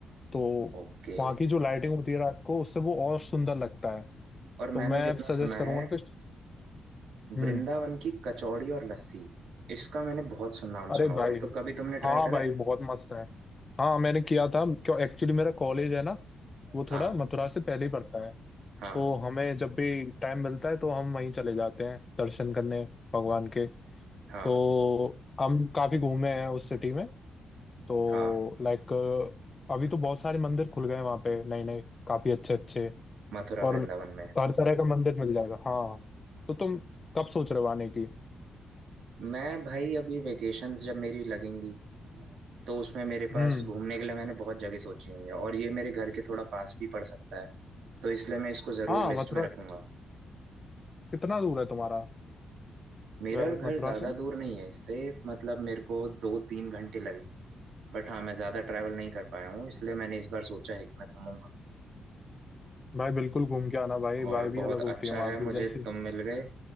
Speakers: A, on the left (about 25°); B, on the right (about 80°).
A: तो
B: ओके
A: वहाँ की जो लाइटिंग होती है रात को उससे वो और सुंदर लगता है
B: और
A: तो
B: मैंने
A: मैं
B: जितना
A: सजेस्ट
B: सुना
A: करूंगा
B: है
A: कि हम्म
B: वृंदावन की कचौड़ी और लस्सी इसका मैंने बहुत सुन नाम
A: अरे
B: सुना हुआ
A: भाई
B: है तो कभी तुमने ट्राई
A: हाँ
B: करा
A: भाई
B: है
A: बहुत मस्त है हाँ मैंने किया था क्यों एक्चुअली मेरा कॉलेज है ना वो
B: हाँ
A: थोड़ा मथुरा से पहले ही पड़ता है
B: हाँ
A: तो हमें जब भी टाइम मिलता है तो हम वहीं चले जाते हैं दर्शन करने भगवान के
B: हाँ
A: तो हम काफी घूमे हैं उस सिटी में तो
B: हाँ
A: लाइक अभी तो बहुत सारे मंदिर खुल गए हैं वहाँ पे नए नए काफी अच्छे अच्छे
B: मथुरा
A: और
B: वृंदावन में
A: हर तरह का मंदिर मिल जाएगा हाँ तो तुम कब सोच रहे हो आने की
B: मैं भाई अभी वेकेशंस जब मेरी लगेंगी तो उसमें मेरे पास
A: हम्म
B: घूमने के लिए मैंने बहुत जगह सोची हुई है और ये मेरे घर के थोड़ा पास भी पड़ सकता है तो इसलिए मैं इसको ज़रूर
A: हाँ
B: लिस्ट
A: मथुरा
B: में रखूंगा
A: कितना दूर है तुम्हारा
B: मेरा
A: अ,
B: घर
A: मथुरा
B: ज़्यादा
A: से
B: दूर नहीं है इससे मतलब मेरे को दो तीन घंटे लगे बट हाँ मैं ज़्यादा ट्रैवल नहीं कर पाया हूँ इसलिए मैंने इस बार सोचा है कि मैं घूमूंगा
A: भाई बिल्कुल घूम के आना भाई
B: और
A: भाई भी
B: बहुत
A: अलग
B: अच्छा
A: होती है वहाँ
B: है
A: की
B: मुझे
A: जैसे
B: तुम मिल गए